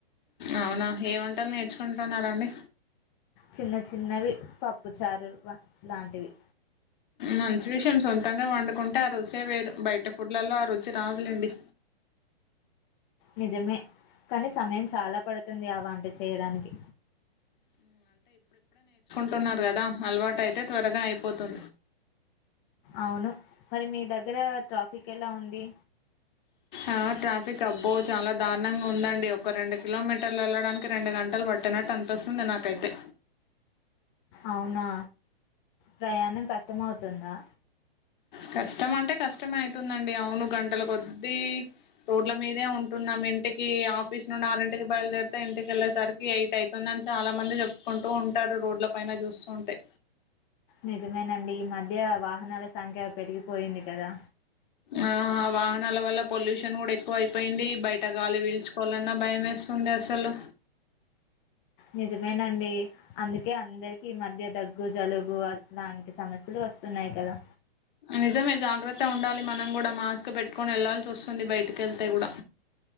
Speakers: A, on the left; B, on the left.
A: అవునా ఏ వంటలు నేర్చుకుంటున్నారు అండి
B: చిన్న చిన్నవి పప్పు చారు వ లాంటివి
A: మంచి విషయం సొంతంగా వండుకుంటే ఆ రుచే వేరు బయట ఫుడ్లల్లో ఆ రుచి రాదులేండి
B: నిజమే కనీ సమయం చాలా పడుతుంది ఆ వంట చేయడానికి
A: టున్నార్ గదా అలవాట్ అయితే త్వరగా అయిపోతుం
B: అవును మరి మీ దగ్గరా ట్రాఫిక్ ఎలా ఉంది.
A: ఆ ట్రాఫిక్ అబ్బో చాలా దారుణంగ ఉందండి ఒక రెండు కిలోమీటర్ ఎళ్ళడానికి రెండు గంటల్ పట్టిన్ నట్టన్పిస్తుంది నాకైతే
B: అవునా ప్రయాణం కష్టమవుతుందా
A: కష్టం అంటే కష్టమే అయితుందండి అవును గంటల కొద్దీ రోడ్ల మీదే ఉంటున్నాం ఇంటికి ఆఫీస్ నుండి ఆరింటికి బయలుదేరితె ఇంటికెళ్ళేసరికి ఎయిట్ అయితుంది అని చాలా మంది చెప్పుకుంటు ఉన్ ఉంటారు రోడ్ల పైన చూస్తు ఉంటె
B: నిజమేనండి ఈ మధ్య వాహనాల సంఖ్య పెరిగిపోయింది కదా
A: ఆ వాహనాల వల్ల పొల్యూషన్ గూడ ఎక్కువైపోయింది బయట గాలి పిల్చుకోవాలన్న భయమెస్ స్తుంది అసలు
B: నిజమేనండి అందుకె అందరికి ఈ మధ్య దగ్గు జలుబు అ లాంటి సమస్యలు ఒస్తున్నయ్ కదా
A: నిజమే జాగ్రత్తగుండాలి మనం గూడ మాస్క్ పెట్టుకొని ఎళ్లాల్సి వస్తుంది బయటికేళ్తే గూడ